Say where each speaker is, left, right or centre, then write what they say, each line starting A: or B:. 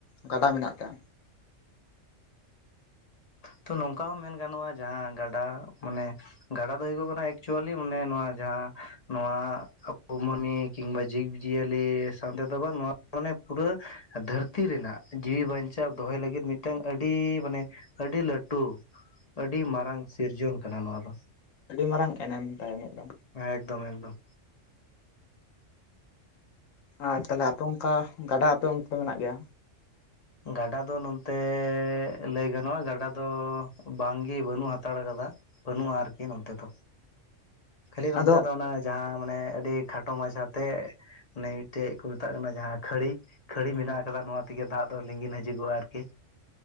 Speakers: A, on the left; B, on the left.
A: ᱜᱟᱰᱟ ᱢᱮᱱᱟᱜ ᱛᱮ <inaudible>
B: ᱛᱚ ᱱᱚᱝᱠᱟ ᱦᱚᱸ ᱢᱮᱱ ᱜᱟᱱᱚᱜᱼᱟ ᱛᱚ ᱛᱚ ᱱᱚᱝᱠᱚ ᱦᱚ ᱢᱮᱱ ᱜᱟᱱᱚᱜᱼᱟ ᱡᱟᱦᱟᱸ ᱜᱟᱰᱟ ᱢᱟᱱᱮ ᱜᱟᱰᱟ ᱫᱚ ᱦᱩᱭᱩᱜ ᱠᱟᱱᱟ ᱮᱠᱪᱩᱭᱮᱞᱤ ᱢᱟᱱᱮ ᱱᱚᱣᱟ ᱡᱟᱦᱟᱸ ᱱᱚᱣᱟ ᱢᱟᱹᱱᱢᱤ ᱠᱤᱝᱵᱟ ᱡᱤᱵᱽᱼᱡᱤᱭᱟᱹᱞᱤ ᱥᱟᱶ ᱛᱮᱫᱚ ᱵᱟᱝ ᱱᱚᱣᱟ ᱢᱟᱱᱮ ᱯᱩᱨᱟᱹ ᱫᱷᱟᱹᱨᱛᱤ ᱨᱮᱱᱟᱜ ᱡᱤᱣᱤ ᱵᱟᱧᱪᱟᱣ ᱫᱚᱦᱚᱭ ᱞᱟᱹᱜᱤᱫ ᱢᱤᱫ ᱢᱤᱫᱴᱟᱝ ᱟᱹᱰᱤ ᱢᱟᱱᱮ ᱟᱹᱰᱤ ᱞᱟᱹᱴᱩ ᱟᱹᱰᱤ ᱢᱟᱨᱟᱝ ᱥᱤᱨᱡᱚᱱ ᱠᱟᱱᱟ ᱱᱚᱣᱟ ᱫᱚ
A: ᱟᱹᱰᱤ ᱢᱟᱨᱟᱝ ᱮᱱᱮᱢ ᱛᱟᱭ ᱢᱤᱫ ᱫᱚ
B: ᱮᱠᱫᱚᱢ ᱮᱠᱫᱚᱢ
A: ᱟᱨ ᱛᱟᱦᱞᱮ ᱟᱯᱮ ᱚᱱᱠᱟ ᱜᱟᱰᱟ ᱟᱯᱮ ᱚᱱᱛᱮ ᱢᱮᱱᱟᱜ ᱜᱮᱭᱟ?
B: ᱜᱟᱰᱟ ᱫᱚ ᱱᱚᱱᱛᱮ ᱞᱟᱹᱭ ᱜᱟᱱᱚᱜᱼᱟ ᱜᱟᱰᱟ ᱫᱚ ᱵᱟᱝᱜᱮ ᱵᱟᱹᱱᱩᱜ ᱦᱟᱛᱟᱲ ᱠᱟᱫᱟ ᱵᱟᱹᱱᱩᱜᱼᱟ ᱟᱨᱠᱤ ᱱᱚᱛᱮ ᱫᱚ ᱠᱷᱟᱹᱞᱤ ᱱᱚᱛᱮ
A: ᱟᱫᱚ
B: ᱫᱚ ᱚᱱᱟ ᱡᱟᱦᱟᱸ ᱢᱟᱱᱮ ᱟᱹᱰᱤ ᱠᱷᱟᱴᱚ ᱢᱟᱪᱷᱟᱛᱮ ᱢᱤᱫᱴᱮᱡ ᱠᱚ ᱢᱮᱛᱟᱜ ᱠᱟᱱᱟ ᱡᱟᱦᱟᱸ ᱠᱷᱟᱹᱲᱤ ᱠᱷᱟᱹᱲᱤ ᱢᱮᱱᱟᱜ ᱟᱠᱟᱫᱟ ᱱᱚᱣᱟ ᱛᱮᱜᱮ ᱫᱟᱜ ᱫᱚ ᱞᱤᱸᱜᱤᱱ ᱦᱤᱡᱩᱜᱚᱜᱼᱟ ᱟᱨᱠᱤ